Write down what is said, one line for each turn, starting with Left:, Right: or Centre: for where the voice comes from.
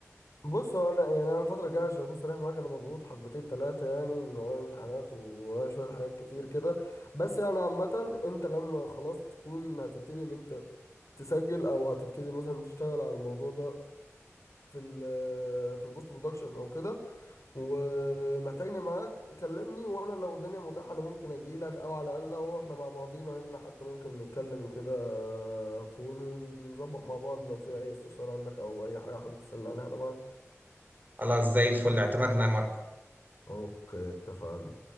Left: بص هو انا يعني انا الفتره الجايه عشان اكون صريح معاك انا مضغوط حبتين ثلاثه يعني ان ورايا امتحانات وورايا شويه حاجات كتير كده بس يعني عامه انت لما خلاص تكون هتبتدي ان انت تسجل او هتبتدي مثلا تشتغل على الموضوع ده في ال آه، في البوست برودكشن او كده ومحتاجني معاك كلمني وانا لو الدنيا متاحه انا ممكن اجي لك او على الاقل هو احنا مع بعضينا هنا حتى ممكن نتكلم كده فون ونظبط مع بعض لو في اي استفسار عندك او اي حاجه حابب تسالني عليها انا معاك
Right: خلاص زي الفل اعتمدنا يا مروة.
Left: اوكي اتفقنا